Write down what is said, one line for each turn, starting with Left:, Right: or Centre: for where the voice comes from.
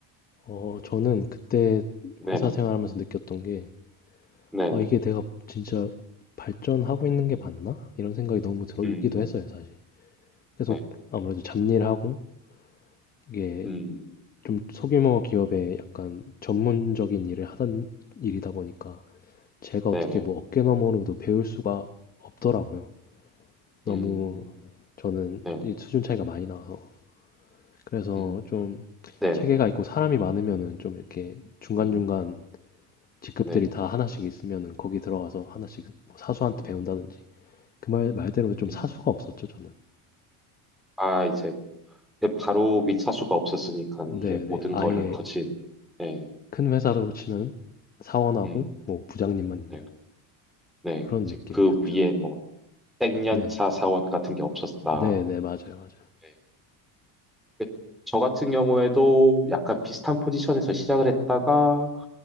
Left: 어, 저는 그때
Centre: 네네.
Left: 회사 생활하면서 느꼈던 게,
Centre: 네네.
Left: 아, 이게 내가 진짜 발전하고 있는 게 맞나? 이런 생각이 너무 들기도
Centre: 음.
Left: 했어요, 사실. 계속
Centre: 네.
Left: 아무래도 잡일 하고, 이게
Centre: 음.
Left: 좀 소규모 기업에 약간 전문적인 일을 하던 일이다 보니까, 제가
Centre: 네네.
Left: 어떻게 뭐 어깨너머로도 배울 수가 없더라고요. 너무
Centre: 음.
Left: 저는
Centre: 네네.
Left: 이 수준 차이가 많이 나서. 그래서
Centre: 음.
Left: 좀
Centre: 네네.
Left: 체계가 있고 사람이 많으면은 좀 이렇게 중간중간
Centre: 음.
Left: 직급들이
Centre: 네.
Left: 다 하나씩 있으면은 거기 들어가서 하나씩 뭐 사수한테
Centre: 음.
Left: 배운다든지 그 말 말대로 좀
Centre: 음.
Left: 사수가 없었죠 저는.
Centre: 아, 이제 바로 밑차수가 없었으니까 이게
Left: 네네
Centre: 모든
Left: 아예
Centre: 거를 거친 네.
Left: 큰 회사로 치면 사원하고
Centre: 음,
Left: 뭐 부장님만 있는
Centre: 네, 네.
Left: 그런
Centre: 이제
Left: 느낌이었죠.
Centre: 그 위에 뭐 땡년차
Left: 네
Centre: 사원 같은 게 없었다.
Left: 네네 맞아요 맞아요.
Centre: 네. 그- 저 같은 경우에도 약간 비슷한 포지션에서 시작을 했다가